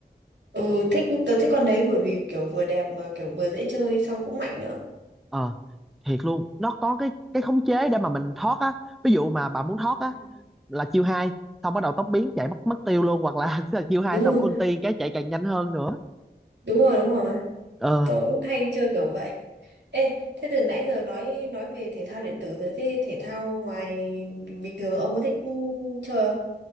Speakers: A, on the right; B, in the centre.
A: Ừ, thích tớ thích con đấy bởi vì kiểu vừa đẹp mà kiểu vừa dễ chơi xong cũng mạnh nữa.
B: Ờ thiệt luôn, nó có cái cái khống chế để mà mình thoát á. Ví dụ mà bà muốn thoát á
A: Ừ.
B: là chiêu hai xong bắt đầu tốc biến chạy mất mất tiêu luôn hoặc là <laughs> là chiêu hai
A: Đúng rồi,
B: xong ulti cái chạy càng nhanh hơn nữa
A: đúng rồi, đúng rồi.
B: ờ
A: Tớ cũng hay chơi kiểu vậy. Ê, thế từ nãy giờ nói nói về thể thao điện tử rồi thế thể thao ngoài bình, bình thường ông có thích chơi không?